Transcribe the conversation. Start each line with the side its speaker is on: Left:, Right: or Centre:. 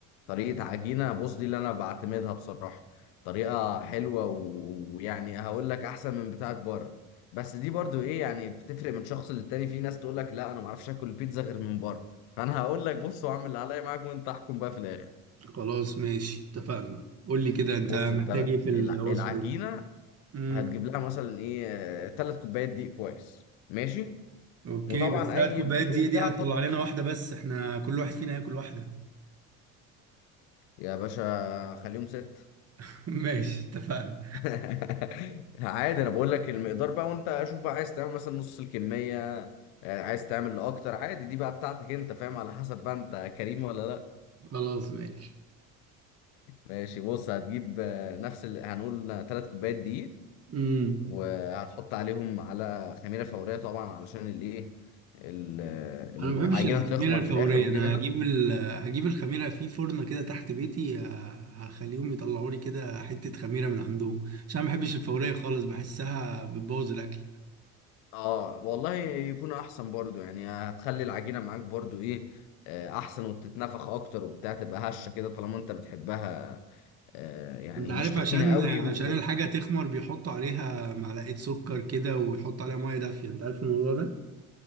Left: طريقه عجينه بص دي اللي انا بعتمدها بصراحه طريقه حلوه و- ويعني هقول لك احسن من بتاعه بره بس دي برضو ايه يعني بتفرق من شخص للتاني في ناس تقول لك لا انا ما اعرفش اكل البيتزا غير من بره فانا هقول لك بص واعمل اللي عليا معاك وانت احكم بقى في الاخر
Right: خلاص ماشي اتفقنا قول لي كده انت
Left: بص
Right: محتاج
Left: انت
Right: ايه في الوصفة
Left: الع- العجينه
Right: دي امم
Left: هتجيب لها مثلا ايه ثلاث كوبايات دقيق كويس ماشي
Right: اوكي
Left: وطبعا
Right: بس ثلاث
Left: اي
Right: كوبايات
Left: دقيق
Right: دي
Left: وبتاع
Right: دي هتطلع
Left: تحط
Right: لنا واحدة بس احنا كل واحد فينا هياكل واحدة
Left: يا باشا خليهم ست
Right: <laughs> ماشي اتفقنا
Left: <laughs> عادي انا بقول لك المقدار بقى وانت شوف بقى عايز تعمل مثلا نص الكميه آه، عايز تعمل لاكتر عادي دي بقى بتاعتك انت فاهم على حسب بقى انت كريم ولا لا
Right: خلاص ماشي
Left: ماشي بص هتجيب آه، نفس اللي هنقول ثلاث كوبايات دقيق
Right: امم
Left: وهتحط عليهم على خميره فوريه طبعا علشان الايه ال- آه، العجينه
Right: انا ما بحبش الخميرة
Left: تخمر
Right: الفورية
Left: في الاخر وكده
Right: انا هجيب ال... هجيب الخميرة في فرن كده تحت بيتي ه- هخليهم يطلعوا لي كده حتة خميرة من عندهم عشان ما بحبش الفورية خالص بحسها بتبوظ الاكل
Left: اه والله يكون احسن برضو يعني هتخلي العجينه معاك برضو ايه آه، احسن وتتنفخ اكتر وبتاع تبقى هشه كده طالما انت بتحبها آه، يعني
Right: انت عارف
Left: مش تخينة
Right: عشان
Left: قوي
Right: عشان
Left: و...
Right: الحاجة تخمر بيحطوا عليها معلقة سكر كده ويحطوا عليها مية دافية انت عارف الموضوع ده؟